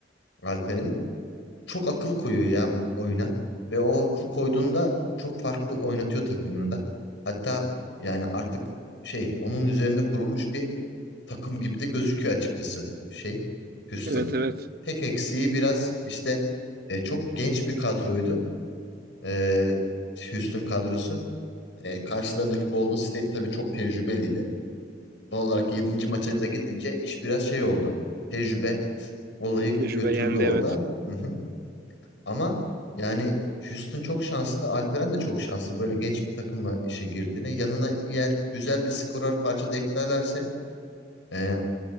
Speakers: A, on the left; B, on the right.
A: Alperen'in. Çok akıl koyuyor ya oyuna ve o akıl koyduğunda çok farklı oynatıyor takımını da. Hatta yani artık şey onun üzerine kurulmuş bir takım gibi de gözüküyor açıkçası şey Houston.
B: evet, evet.
A: Tek eksiği biraz işte e, çok genç bir kadroydu e, Houston kadrosu. E, karşılarındaki Golden State tabii çok tecrübeliydi. Doğal olarak yedinci maça da gidince iş biraz şey oldu. Tecrübe olayı
B: Tecrübe
A: götürdü
B: yendi
A: orada.
B: evet.
A: Hı hı. Ama yani Houston çok şanslı. Alperen de çok şanslı. Böyle genç bir takımla işe girdiğine. Yanına eğer güzel bir skorer parça da eklerlerse e,